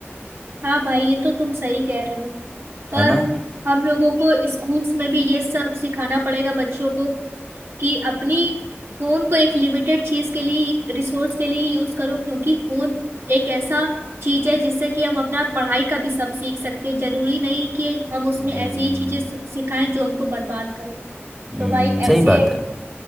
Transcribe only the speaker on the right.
हाँ भाई ये तो तुम सही कह रहे हो पर
हम लोगों को स्कूल्स में भी ये सब सिखाना पड़ेगा बच्चों को कि अपनी फोन को एक लिमिटेड चीज के लिए रिसोर्स के लिए यूज करो क्योंकि फोन एक ऐसा चीज है जिससे कि हम अपना पढ़ाई का भी सब सीख सकते हैं जरूरी नहीं कि हम उसमें
ऐसी ही चीजें सि- सिखाएं जो हमको बर्बाद करें
तो भाई
ऐसे